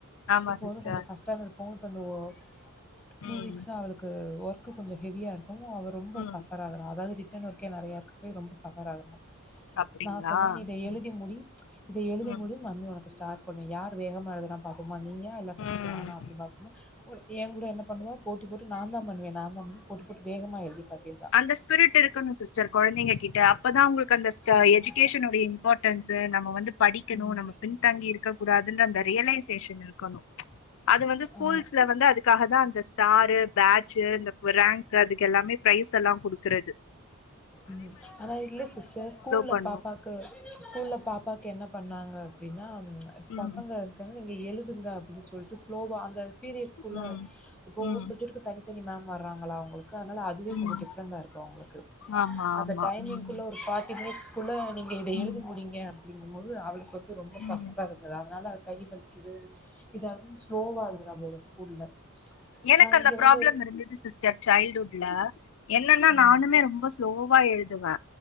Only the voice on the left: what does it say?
ஆமா
சிஸ்டர்
ம்
ம்
அப்டிங்களா
ம்
ம்
ம்
ம்
அந்த ஸ்பிரிட் இருக்கணு சிஸ்டர் கொழந்தைங்க கிட்ட அப்பதா உங்கள்க் அந்த ஸ்ட
எஜிகேஷனுடையின் போட்டன்ஸு நம்ம வந்து படிக்கணு
நம்ம பின்தங்கி இருக்கக்க கூடாதுன்ற அந்த ரியலைஸ் டேஷன் இருக்கணு அது வந்து ஸ்கூல்ஸ்ல
வந்து அதுக்காஹதா அந்தஸ் தாரு பேட்ச்சு இந்தஃப் ரேங்க்கு அதுக்கெல்லாமே ப்ரைஸ் எல்லா குடுக்குறது
பண்ணு
ம்
ம்
ம்
ம்
ஆமா
ஆமா
ம்
ம்
ம்
எனக்கு
அந்த
ப்ராஃப்ளம்
இருந்துது சிஸ் ச சைல்டு ஹுட்ல என்னன்னா
நானுமே ரொம்ப ஸ்லோவா எழுதுவே